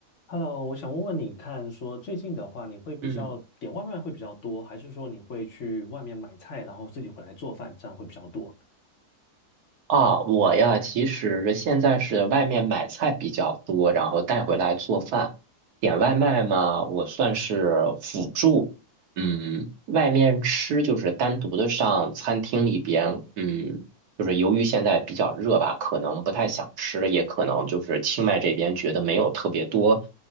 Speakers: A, on the left; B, on the right.
A: Hello，我想问问你看，说最近的话，你会比较点外卖会比较多，
B: 嗯
A: 还是说你会去外面买菜，然后自己回来做饭，这样会比较多？
B: 啊，我呀，其实现在是外面买菜比较多，然后带回来做饭。点外卖嘛，我算是辅助。嗯，外面吃就是单独的上餐厅里边，嗯，就是由于现在比较热吧，可能不太想吃，也可能就是清迈这边觉得没有特别多